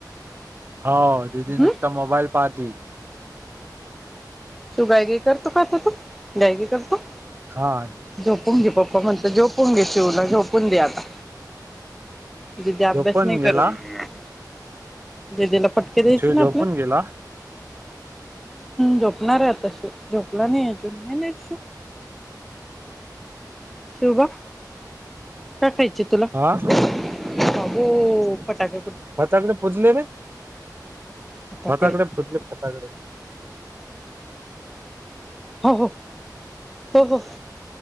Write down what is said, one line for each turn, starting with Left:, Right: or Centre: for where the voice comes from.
Right: हो दिदी
Centre: हम्म
Right: नुकता मोबाईल पाहते.
Centre: शिवु गाई गाई करतो काय आता तू गाई गाई करतो.
Right: हा.
Centre: झोपून घे पप्पा म्हणत झोपून घे शिवला झोपून दे आता. दीदी अभ्यास
Right: झोपून
Centre: नाही
Right: गेला
Centre: करत दिदीला पटके द्यायचे
Right: शिव झोपून
Centre: ना आपल्या
Right: गेला
Centre: झोपणार आता शिवु झोपला नाहीच नाही शिशु. शिवबा. का खायचे तुला
Right: हा
Centre: बाबो फटाके
Right: फटाके फोतले रे
Centre: फटाकडे
Right: फटाकडया फुटल्या फटाकया
Centre: हो हो. हो हो